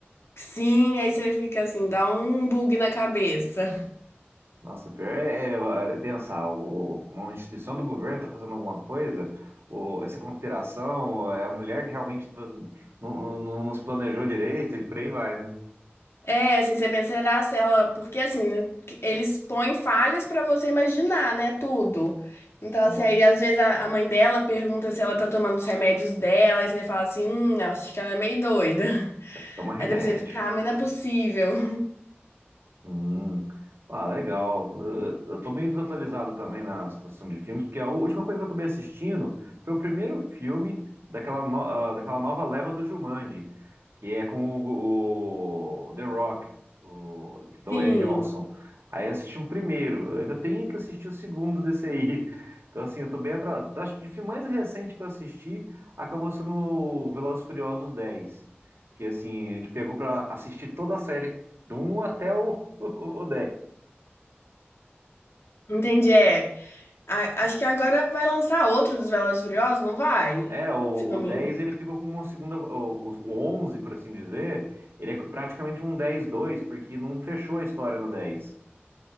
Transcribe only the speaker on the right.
Nossa, o pior é, é- é pensar, o- o- uma instituição do governo está fazendo alguma coisa, o- essa conspiração, é a mulher que realmente não, não- não- não se planejou direito e por aí vai, né?
Hum,
Toma remédio.
Hum. Ah, legal. Eu, eu tô meio desatualizado também na situação de filmes, porque a última coisa que eu acabei assistindo foi o primeiro filme daquela, no- ah, daquela nova leva do Jumanji, que é com o, o The Rock, o Dwayne
Johnson. Aí eu assisti o primeiro, eu ainda tenho que assistir o segundo desse aí. <laughs> Então, assim, eu tô bem atrasado. Acho que o filme mais recente que eu assisti acabou sendo o Velozes e Furiosos dez Que assim, a gente pegou pra assistir toda a série do um até o, <laughs> o, o
É, o,
o
10
ele fica com uma segunda. O, o 11, por assim dizer, ele é praticamente um dez dois porque não fechou a história no dez,